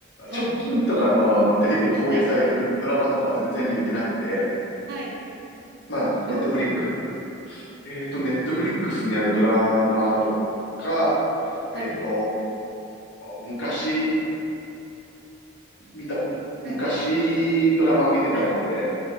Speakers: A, on the right; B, on the left.
A: はい。
B: 直近とかの、あの、テレビで放映されてるドラマとかは全然見れてなくて、
A: はい。はい。はい。
B: まあ、
A: どういうもの
B: ネットフリック、えっと、
A: はい。
B: ネットフリックスにあるドラマとか、
A: はい。
B: えっと、昔、見た、昔ドラマ見てたので、
A: はい。はい。